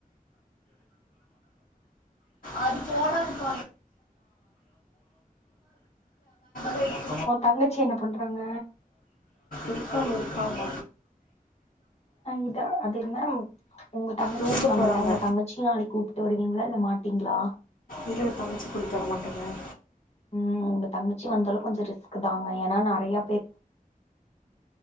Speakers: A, on the left; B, on the left.
A: அது போடதுப்ப <inaudible> ப வ
B: ஊ தங்கச்சி என்ன பண்றாங்க
A: இருக்கா இருக்காங்க
B: இதா அது இருந்தா உங்க தங்கச்சி
A: தூங்க
B: இருக்காங்கல்ல
A: போறாங்க
B: உங்க தங்கச்சிய நாளைக் கூப்பி ட்டு வருவீங்களா இல்ல மாட்டிங்களா
A: இல்லல்ல தங்கச்சியா கூட்டிட்டு வர மாட்டேங்க
B: ம் உங்க தங்கிச்சி வந்தாலு கொஞ்ச ரிஸ்க் தாங்க ஏன்னா நெறையா